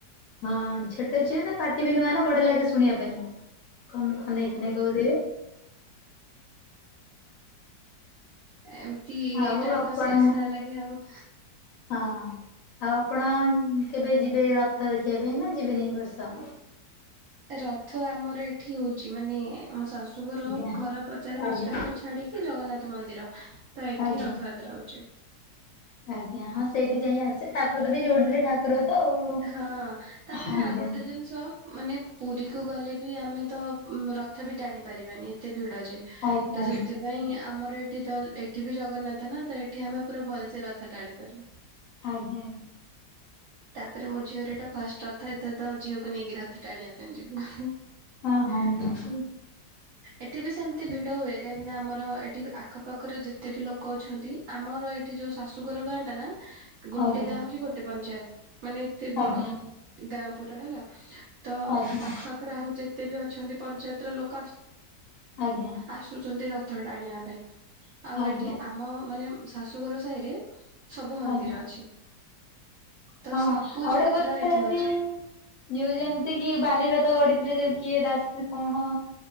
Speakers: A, on the left (about 65°); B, on the right (about 70°).
A: ହଁ, ଛୋଟ ଛୁଆ ନା ପାଟି ବି ନୁଆ ନା ବଢିଆ ଲାଗେ ଶୁଣିବା ପାଇଁ। କନ୍ ଖନେଇ-ଖନେଇ କହୁଥିବେ।
B: ଏମ୍ତି
A: ଆଉ
B: ଟାଇମ୍
A: ଆପଣ
B: ପାସ୍ ହେଇଯାଉଛି ତା ଲାଗି ଆଉ।
A: ହଁ, ଆଉ ଆପଣ କେବେ ଯିବେ ରଥ ଦେଖିବା ପାଇଁ, ନା ଯିବେନି ବର୍ଷ?
B: ରଥ ଆମର ଏଠି ହଉଚି, ମାନେ ଆମ ଶାଶୁଘର
A: ଆଜ୍ଞା
B: ଘର ଚାରି ପାଞ୍ଚଟା
A: ଆଜ୍ଞା
B: ଘର ଛାଡିକି ଜଗନ୍ନାଥ ମନ୍ଦିର, ତ ଏଠି
A: ଆଜ୍ଞା।
B: ରଥ ଯାତ୍ରା ହଉଚି।
A: ଆଜ୍ଞା, ହଁ ସେଇଠି ଯାଇଁ ଆସେ ଠାକୁର ବି ଯୋଉଠି <unintelligible> ଠା କୁର ତ ଆଉ।
B: ହଁ, ତାପରେ
A: ଆଜ୍ଞା
B: ଆଉ ଗୋଟେ ଜିନିଷ ମାନେ ପୁରୀକୁୁ ଗଲେ ବି ଆମେ ତ ରଥ ବି ଟାଣି ପାରିବାନି ଏତେ ଭିଡ ଯେ। ତ
A: ଆଜ୍ଞା
B: ସେଥିପାଇଁ ଆମର ଏଠି ତ ଏଠି ବି ଜଗନ୍ନାଥ ନା ତ ଏଠି ଆମେ ପୁରା ଭଲସେ ରଥ ଟାଣିପାରିବୁ।
A: ଆଜ୍ଞା ଆଜ୍ଞା।
B: ତାପରେ ମୋ ଝିଅର ଏଇଟା ଫାଷ୍ଟ ରଥ ଏଥ ତ ଆ ଝିଅକୁ ନେଇକି ରଥ ଟା ଆଣିବା ପାଇଁ ଯିବୁ।
A: ହଁ ହଁ ନିହାତି।
B: ଏଠି ବି ସେମତି ଭିଡ ହୁଏ, କାହିଁକିନା ଆମର ଏଠି ଆଖପାଖର ଯେତେ ବି ଲୋକ ଅଛନ୍ତି ଆମର ଏଇଠି ଯୋଉ ଶାଶୁଘର ଗାଁ ଟା ନା। ଗୋଟେ
A: ଆଜ୍ଞା
B: ଗାଁ ହଉଛି ଗୋଟେ ପଞ୍ଚାୟତ ମାନେ ଏତେ ବଡ
A: ଆଜ୍ଞା
B: ଗାଁ ପୁରା ହେଲା। ତ
A: ଆଜ୍ଞା
B: ପାଖ ଆଖରେ ଆଉ ଯେତେ ବି ଅଛନ୍ତି ପଞ୍ଚାୟତ ର ଲୋକ ଆ
A: ଆଜ୍ଞା।
B: ଆସୁଛନ୍ତି ରଥ ଟା ଆଣିବା ପାଇଁ, ଆଉ
A: ଆଜ୍ଞା
B: ଏଠି ଆମ ମାନେ ଶାଶୁଘର ସାହିରେ ସବୁ ମନ୍ଦିର
A: ଆଜ୍ଞା
B: ଅଛି। ତ
A: ହଁ,
B: ସବୁ
A: ଆଉଡେ
B: ଯାତ୍ରା
A: କଥା
B: ଏଠି ହଉଛି।
A: ବି ଯୋଉ ଯେମିତି କି ବାଲି ରଥ ଗଡିଥିଲେ ଯୋଉ କିଏ ଦାସ କଣ